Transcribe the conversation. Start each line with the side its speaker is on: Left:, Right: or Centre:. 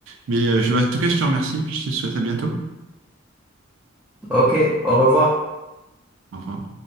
Right: Mais euh, je, en tout cas, je te remercie puis je te souhaite à bientôt.
Centre: Ok, au revoir.
Right: Au revoir.